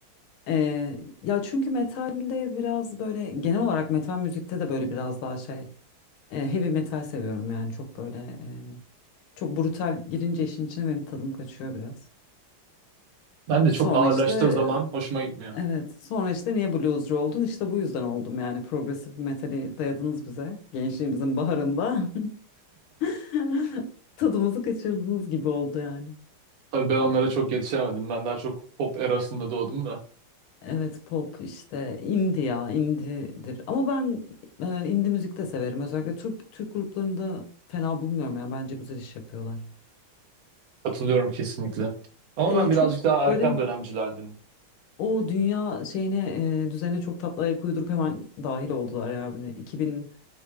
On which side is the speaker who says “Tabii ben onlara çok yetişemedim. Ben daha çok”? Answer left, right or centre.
Right